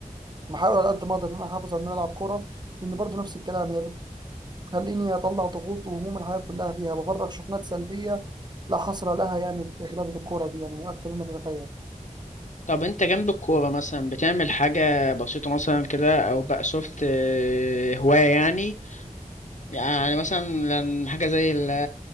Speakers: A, on the right (about 30°); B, on the left (about 60°).
A: بحاول على قد ما اقدر ان انا احافظ على ان انا العب كوره لان برضه نفس الكلام هي بتخليني اطلع ضغوط وهموم الحياه كلها فيها بفرغ شحنات سلبيه لا حصر لها يعني في لعبة الكورة دي يعني أكتر مما تتخيل
B: طب انت جنب الكوره مثلا بتعمل حاجه بسيطه مثلا كده او بقى سوفت آه هوايه يعني يعني مثلا لن- حاجة زي ال-